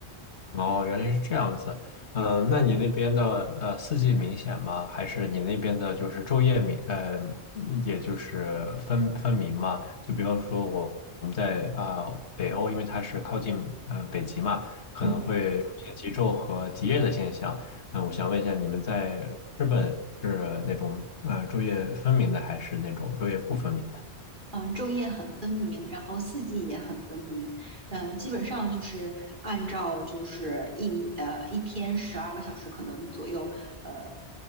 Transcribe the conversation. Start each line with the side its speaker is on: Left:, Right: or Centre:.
Left: 哦，原来是这样子。嗯、那你那边的呃四季明显吗？还是你那边的就是昼夜明呃，也就是分分明嘛？就比方说我我们在啊、北欧，因为它是靠近呃北极嘛，可能会出现极昼和极夜的现象。
Right: 嗯。
Left: 嗯、我想问一下，你们在日本是那种呃昼夜分明的，还是那种昼夜不分明的？
Right: 嗯，昼夜很分明，然后四季也很分明。嗯，基本上就是按照就是一呃一天十二个小时可能左右，呃，